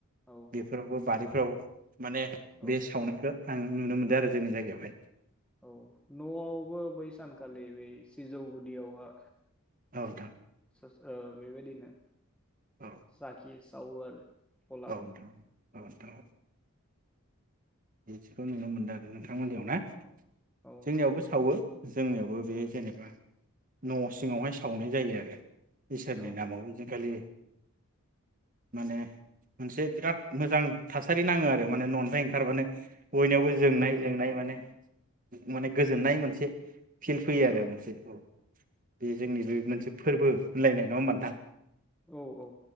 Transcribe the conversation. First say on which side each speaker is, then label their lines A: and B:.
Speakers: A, in the centre; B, on the right.
A: औ
B: बेफोरावबो बारि औ। माने
A: औ
B: बे सावनायखो आं नुनो मोनदों आरो जोंनि जायगायावहाय।
A: औ न'आवबो बै सानखालि बै सिजौ गुदियावहा
B: औ नोंथां।
A: <unintelligible> ओ बेबायदिनो
B: औ
A: साखि सा सावो आरो। गला
B: औ नोंथां औ नोंथां। बिदिखौ नुनो मोनदो आरो नोंथां मोननियाव ना
A: औ औ
B: जोंनियाबो सावो। जोंनियावबो
A: उम
B: बे जेनेबा न' सिङावहाय सावनाय जायो आरो। इसोरनि
A: औ
B: नामाव ओइदिनखालि माने मोनसे बिराद मोजां थासारि नाङो आरो माने न'निफ्राय ओंखारबानो। बयनियावबो
A: औ
B: जोंनाय
A: बेखौ
B: जोंनाय
A: औ
B: माने माने गोजोननाय मोनसे फिल फैयो आरो
A: औ
B: मोनसे औ जे जोंनि बे मोनसे फोरबो होनलायनाय नङा होनबा नोंथां।
A: औ औ।